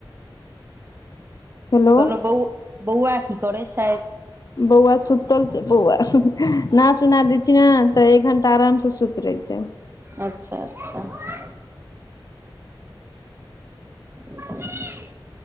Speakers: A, on the left (about 50°); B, on the right (about 30°).
A: हेलो
B: कह लउ बौ बौआ की करै छैथ?
A: बौआ सुतल छै बौआ। नहा सोना दैय छियै नैय तऽ एक घण्टा आरामसँ सुत रहै छैया।
B: अच्छा अच्छा अच्छा। <inaudible>